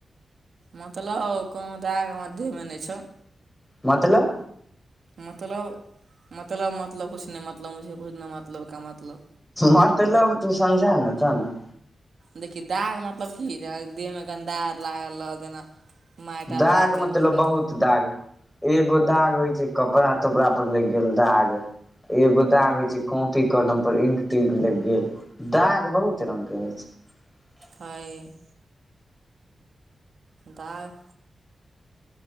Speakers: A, on the right; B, in the centre.
A: मतलब कहु दाग हमरा देहमे नहि छौ
B: मतलब
A: मतलब मतलब मतलब कुछ नहि मतलब कुछ नहि मतलब का मतलब
B: मतलब तु समझा ने त ने
A: देखहि दाग मतलब की देहमे गन्दा आर लागल रहल जेना माटि आर
B: दाग
A: लागि गेल
B: मतलब
A: ओहिके
B: बहुत
A: तऽ
B: दाग एगो दाग होय कपड़ा तपड़ा पर लग गेल दाग एगो दाग होइ छै कॉपी कलम पर इंक तिंक लग गेल दाग बहुत रंग के होइ छै <inaudible>
A: है दाग